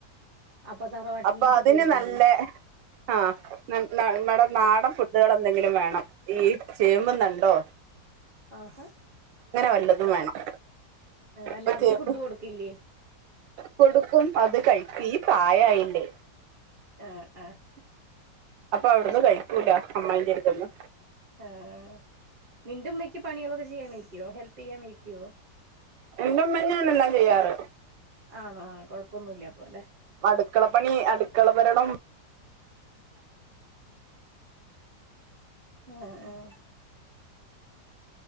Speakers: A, on the right; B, on the right.
A: അപ്പൊ തറവാട്ടിൽന്ന്
B: അപ്പൊ
A: ഫുഡ്
B: അതിന്
A: കഴിക്കില്ലേ
B: നല്ലെ ആഹ് നല് നമ്മടെ നാടൻ ഫുഡുകൾ എന്തെങ്കിലും വേണം ഈ ചേമ്പ്ന്നണ്ടോ
A: ആഹാ
B: വല്ലതും വേണം അപ്പൊ
A: അല്ല അവര്
B: ചേമ്പ്
A: ഫുഡ് കൊടുക്കില്ലേ
B: കൊടുക്കും അത് കഴിക്കു ഈ പ്രായായില്ലേ
A: ആഹ് ആഹ്
B: അപ്പൊ അവിടുന്ന് കഴിക്കൂല അമ്മായിൻ്റെ അടുത്ത്ന്ന്
A: ആഹ് നിന്റെ ഉമ്മക്ക് പണികളൊക്കെ ചെയ്യാൻ മേയിക്കൊ ഹെൽപ് ചെയ്യാൻ മേയിക്കോ
B: എന്റെ ഉമ്മെന്നെ ആണെല്ലാം ചെയ്യാറ്
A: ആണോ കൊഴപ്പൊന്നുല്ല്യ അപ്പൊ ല്ലെ
B: അടുക്കള പണി അടുക്കള ഭരണം
A: ആഹ് ആഹ്